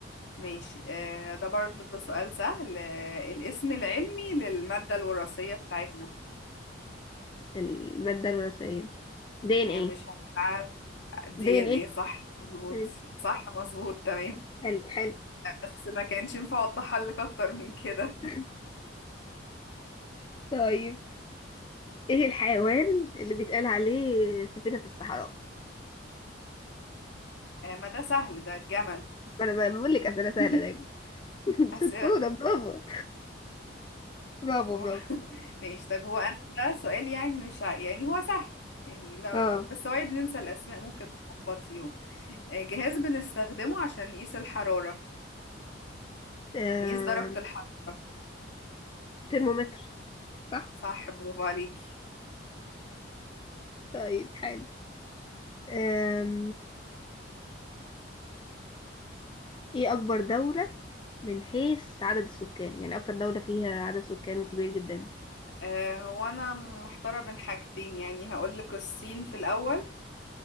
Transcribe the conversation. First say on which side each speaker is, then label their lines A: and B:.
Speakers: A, on the left; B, on the left.
A: ماشي آه ده برضو سؤال سهل آه الاسم العلمي للمادة الوراثية بتاعتنا
B: المادة الوراثية دي ان
A: يعني
B: ايه
A: مش عارف دي
B: دي ان
A: ان
B: ايه
A: ايه صح مظبوط
B: مم.
A: صح مظبوط تمام
B: حلو حلو
A: بس ما كانش ينفع اوضحها لك اكتر من كده
B: <laughs> طيب ايه الحيوان اللي بيتقال عليه سفينة الصحراء
A: <laughs> آه ما ده سهل ده الجمل
B: انا ب- بقول لك اسئله سهله
A: <laughs>
B: دايما <laughs>
A: أسئلة
B: شطوره برافو برافو
A: اه
B: برافو
A: <laughs> ماشي طيب هو انا ده سؤال يعني مش ع- يعني هو سهل يعني لا
B: اه
A: بس بس هو بننسى الاسماء ممكن نخبط فيهم آه، جهاز بنستخدمه عشان نقيس الحرارة
B: آم،
A: نقيس درجة الحرارة
B: ترمومتر صح
A: صح برافو عليكي
B: طيب حلو آم، ايه اكبر دوله من حيث عدد السكان يعني اكتر دوله فيها عدد سكان كبير جدا
A: آه هو انا محتارة بين حاجتين يعني هقولك الصين في الاول